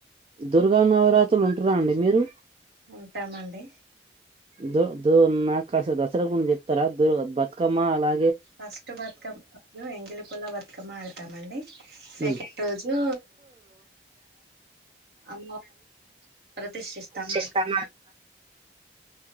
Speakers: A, on the right; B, on the right.
A: దుర్గా నవరాత్రులు ఉంటురా అండి మీరు
B: ఉంటామండి
A: దూ దూ నాకు కాస దసరా గుంచి చెప్తారా దూ బతుకమ్మ అలా
B: ఫస్ట్ బతుకమ్మ ఎంగిలి పూల బతుకమ్మ ఆడతామండి సెకండ్
A: హ్మ్మ్
B: రోజు అమ్మవారి ప్రతిష్ఠిస్తాం
A: చస్తస్తామా
B: మా